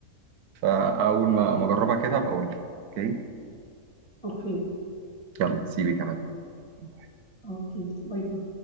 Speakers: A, on the right (about 85°); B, on the left (about 20°).
A: فاول ما ما اجربها كده هبقى اقول لك اوكي
B: اوكي
A: يلا سيبك انا دلوقتي
B: اوكي باي باي